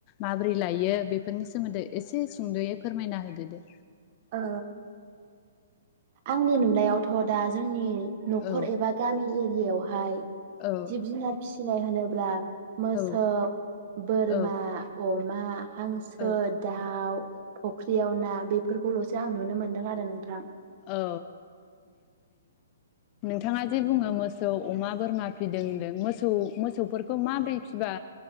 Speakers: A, on the left; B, on the right.
A: माबोरै लायो बेफोरनि सोमोन्दै एसे सुंद'यै फोरमायना होदो दे।
B: ओ आंनि नुनायावथ' दा जोंनि न'खर
A: औ
B: एबा गामि इयावहाय
A: औ
B: जिब जुनार फिसिनाय होनो ब्ला मोसौ
A: औ
B: बोरमा
A: औ
B: अमा मा हांसो,
A: औ
B: दाउ फख्रियाव ना बेफोरखौल'सो आं नुनो मोनदों आरो नोंथां
A: औ बिथाङा जे बुङो मोसौ अमा, बोरमा फिदों होनदों मोसौ मोसौफोरखौ माबोरै फिबा